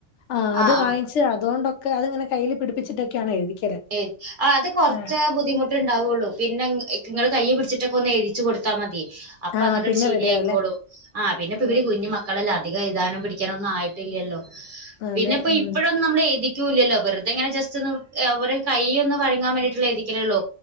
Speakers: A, on the left (about 70°); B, on the right (about 45°).
A: ആഹ് അത്
B: ആ ആ
A: വാങ്ങിച്ച് അതുകൊണ്ടൊക്കെ അത്ങ്ങനെ കയ്യിൽ പിടിപ്പിച്ചിട്ടൊക്കെയാണ് എഴുതിക്കല്
B: ഏഹ് അത് കുറച്ച്
A: ആ
B: ബുദ്ധിമു ട്ട് ഉണ്ടാവുള്ളു പിന്നെ നിങ്ങള് കൈ പിടിച്ചിട്ടൊക്കെ ഒന്ന് എഴുതിച്ചു കൊടുത്താ മതി അപ്പൊ
A: ആ,
B: അങ്ങന
A: പിന്നെ
B: ശരിയായിക്കോളും
A: റെഡിയാവും അല്ലേ?
B: ആഹ് പിന്നെപ്പൊ
A: ആ
B: ഇവര് കുഞ്ഞ് മക്ക മക്കളല്ലേ അധികം എഴുതാനും പിടിക്കാനൊന്നുംയിട്ടില്ലല്ലോ
A: അതെ
B: പിന്നെ ഇപ്പ
A: ഉം.
B: ഇപ്പോഴൊന്നും നമ്മള് എഴുതി ക്കുലല്ലോ വെറുതെങ്ങനെ ജസ്റ്റ് ഒന്ന് അവരടെ കൈയൊന്ന് വഴങ്ങാൻ വേണ്ടിട്ടുള്ള എഴുതിക്കലേ ഉള്ളു